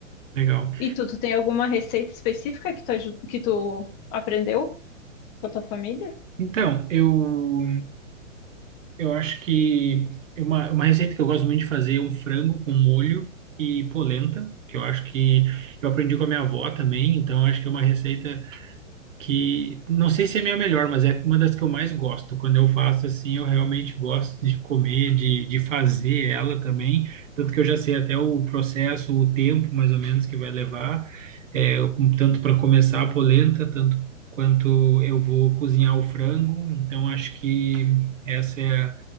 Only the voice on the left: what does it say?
E tu, tu tem alguma receita específica que tu, aju- que tu aprendeu com a tua família?